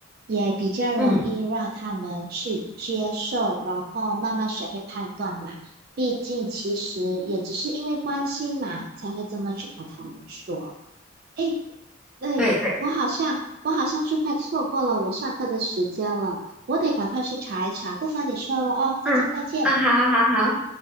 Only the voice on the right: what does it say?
也比较容易让他们去接受，
然后慢慢学会判断嘛。毕竟其实也只是因为关心嘛，才会这么去和他们说。诶，对，
我好像我好像是快错过了我上课的时间了，我得赶快去查一查。不妨你说了哦，再见再见。